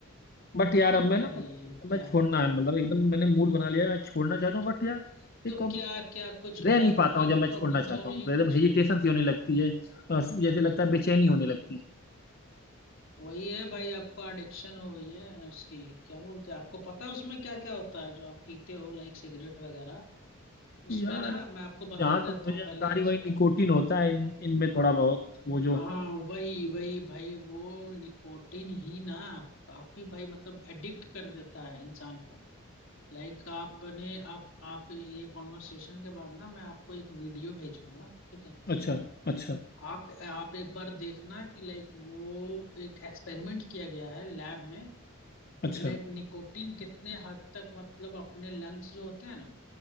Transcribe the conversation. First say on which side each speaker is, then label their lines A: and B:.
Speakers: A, on the left; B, on the left.
A: बट यार
B: ओ
A: अब
B: <laughs>
A: मैं ना
B: भाई
A: मतलब अब
B: क्या
A: मैं छोड़ना है मतलब एकदम मैंने मूड बना लिया है मैं छोड़ना चाहता हूँ
B: तो
A: बट यार
B: तो
A: एक अब
B: क्या क्या कुछ
A: रह
B: हेल्थ
A: नहीं पाता हूँ
B: हेल्थ
A: जब मैं
B: प्रॉब्लम्स
A: छोड़ना चाहता
B: हो रही
A: हूँ तो
B: है
A: एकदम
B: कुछ
A: हेजिटेशन सी होने लगती है अ, जैसे लगता है बेचैनी होने लगती है
B: वही है भाई आपको एडिक्शन हो गई है उसकी क्या बोलते हैं आपको पता है उसमें क्या क्या होता है जो आप पीते हो लाइक सिगरेट वगैरह
A: कि
B: उसमें
A: यार
B: ना
A: अब
B: मैं आपको बता
A: जहाँ तक
B: देता
A: मुझे
B: हूँ
A: जानकारी
B: पहले एक
A: वही
B: सेकेंड
A: निकोटिन होता है इन इनमें थोड़ा बहुत वो जो
B: हाँ वही वही भाई वो निकोटिन ही ना काफी भाई मतलब एडिक्ट कर देता है इंसान को लाइक आपने आप आप ये कॉन्वर्सेशन के बाद ना मैं आपको एक वीडियो भेजूंगा ठीक है
A: अच्छा अच्छा
B: आप आप एक बार देखना कि लाइक वो एक एक्सपेरिमेंट किया गया है लैब में कि
A: अच्छा
B: लाइक निकोटिन कितने हद तक मतलब अपने लंग्स जो होते हैं ना